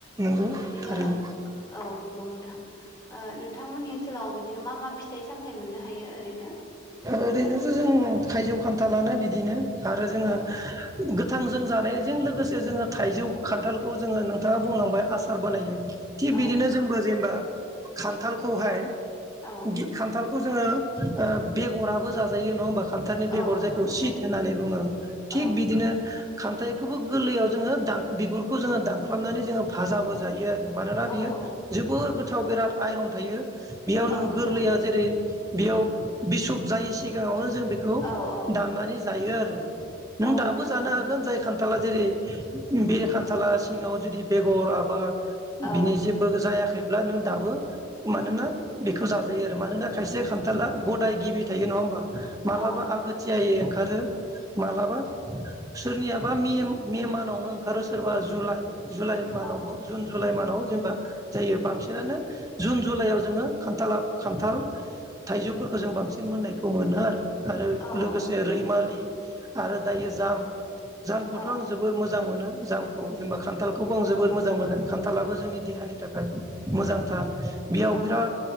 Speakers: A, on the right; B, on the left.
A: नंगौ
B: बिदिनो
A: थारैनो
B: औ नंगौ नों थां ओ नोंथांमोननि ओनसोलाव बिदिनो मा मा फिथाइ सामथाइ मोननो हायो। ओरैनो
A: ओरैनोथ' जों थाइजौ खान थानानो बिदिनो आरो जोङो
B: औ
A: गोथां जों जानायजों लोगोसे जोङो थाइजौ खान्थालखौ जोङो। नोंथाङा बुंलांबाय आसार बानायो। थिग
B: औ
A: बिदिनो जोंबो जेनेबा खान्थालखौहाय
B: औ
A: गि खान्थाल खौ जोङो ओ बेगराबो जाजायो नङा होमबा खानथालनि
B: औ
A: बेगर जायखौ
B: औ नंगौ
A: सित होननानै बुङो
B: औ
A: थिग बिदिनो खान्थाइखौबो गोरलैयाव जोङो दान बिगुरखौ जोङो दानख्लाबनानै जोङो भाजाबो जायो आरो। मानोना
B: औ
A: बियो
B: औ
A: जोबोर गो थाव बिराद आइरन थायो। बेयावनो
B: औ नोंथां
A: गोरलैया जेरै बेयाव बिसुब जायैसि सिगाङावनो जों बेखौ
B: औ औ
A: दाननानै जायो आरो। नों
B: औ
A: दाबो
B: नोंथां
A: जानो
B: नंगौ
A: हागोन जाय खान्थाला जेरै बे खान्थाला सिङाव जुदि बेगर आबाद
B: औ
A: बिनि जेबो जायाखै। खैब्ला नों दाबो मानोना बेखौ जाजायो आरो मानोना खायसे गदाय गिबि थायो नङा होमबा? मालाबा
B: औ
A: आगोथियायै ओ ओंखारो मालाबा सोरनियाबा मे मे मानावनो ओंखारो सोरबा जुलाइ। जुलाइ मावनावबो
B: औ
A: जुन जु। लाइ मानाव जेनेबा जायो बांसिनानो जुन जुलाइआव जोङो खान्थाला खान्थाल थाइजौफोरखौ जों बांसिन मोननायखौ मोनो आरो। आरो
B: औ
A: लोगोसे
B: औ नंगौ
A: रैमालि आरो दायो जाम। जामखौथ'
B: औ
A: आं जोबोर मोज जां मोनो जामखौ जेनेबा खान्थालखौबो आं जोबोर मोजां मोनो खान्थाबो जोंनि देहानि थाखाय मोजांथार । बेयाव
B: औ
A: बिराद।